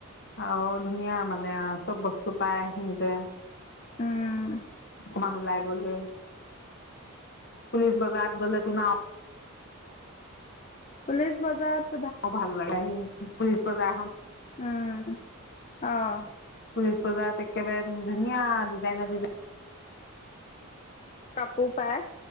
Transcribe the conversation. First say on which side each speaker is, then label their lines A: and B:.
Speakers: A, on the left; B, on the left.
A: আও, ধুনীয়া মানে চব বস্ টো পায় সেইখিনিতে।
B: উম।
A: কমান ওলাই গ'লেহে। পুলিচ বজাৰ গলেটোন আ
B: পুলিচ বজাৰত
A: অ' ভাল লাগে <unintelligible> সজা
B: উম। অ'।
A: পুলিচ বজাৰত একেবাৰে ধুনীয়া ডিজাইনৰ- ডিজাই
B: কাপোৰ পায়।